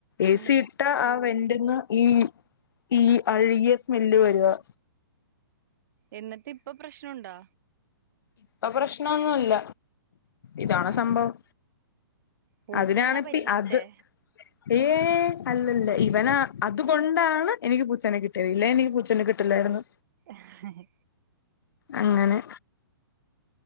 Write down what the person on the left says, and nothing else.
ഏസി
ഇട്ട ആ വെ ന്ന് ഈ ഈ അഴ്കിയ സ്മെല്ല് വരുവാ
ഇപ്പൊ പ്രശ്നൊന്നുല്ല ഇതാണ്
സംഭവം
അതിനാണിപ്പ
അത് ഏ അല്ലല്ല ഇ ന അതുകൊണ്ടാണ് എനിക്ക് പൂച്ചേനെ കിട്ടിയത് ഇല്ലേ എനിക്ക് പൂച്ചേനെ കിട്ടില്ലായിരുന്നു
അങ്ങനെ